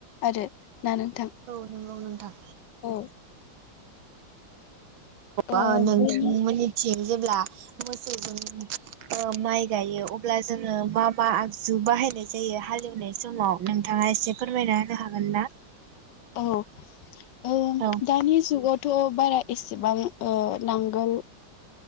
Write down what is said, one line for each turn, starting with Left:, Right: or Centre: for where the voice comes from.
Left: आरो। ना नोंथां
Right: औ नोंगौ नोंथां।
Left: औ। ओ
Right: औ नोंथांमोननि
Left: बेनि
Right: थिं जेब्ला मोसौजों ओ माइ गायो अब्ला जोङो मा मा आगजु बाहायनाय जायो हालौनाय समाव नोंथाङा एसे फोरमायना होनो हागोन ना?
Left: औ। ओ
Right: औ
Left: दानि जुगाव थ' बारा एसेबां ओ नांगोल